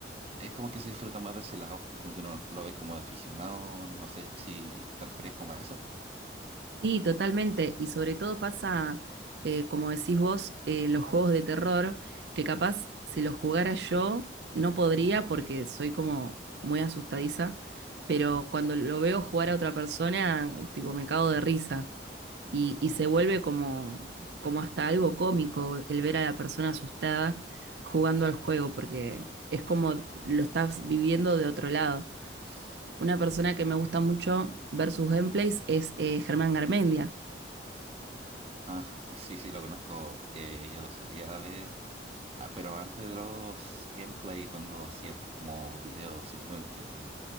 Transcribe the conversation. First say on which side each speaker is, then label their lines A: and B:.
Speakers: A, on the right (about 35°); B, on the right (about 70°).
A: es como que se disfruta más de ese lado, como que uno lo ve como de aficionado. No sé si te referías como a eso.
B: Sí, totalmente. Y sobre todo pasa, eh, como decís vos, eh, en los juegos de terror, que capaz si los jugara yo no podría porque soy como muy asustadiza, pero cuando lo veo jugar a otra persona, tipo, me cago de risa. Y, y se vuelve como, como hasta algo cómico el ver a la persona asustada jugando al juego, porque es como lo estás viviendo de otro lado. Una persona que me gusta mucho ver sus gameplays es eh, Germán Garmendia
A: Ah, <laughs> ah, sí, sí, lo conozco. eh, yo lo solía ver. Ah, pero antes de los gameplay, cuando hacía esto como videos simplemente